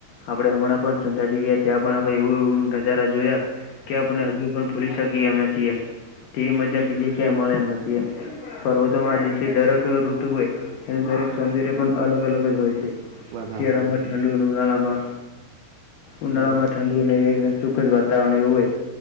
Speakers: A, on the left (about 65°); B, on the right (about 70°).
A: આપડે હમણાં પણ સુંંધાજી ગયા ત્યાં પણ આપડે એવું એવ નજારા જોયા. કે આપને હજુ પણ ભૂલી શકીએ એમ નથી એમ તે મજા બીજે ક્યાંય મળે એમ નથી એમ પર્વતોમાં દરેક ઋતુ હોય એનું દરેક સૌંદર્ય પણ અલગ અલગ જ હોય છે
B: વાત
A: શલામાં
B: હાચી
A: ઠાંડ ઉનાળમાં ઉનાળમાંઠં
B: બરોબર
A: ઠંડુને એકદમ સુખદ વાતાવરણ એું હોય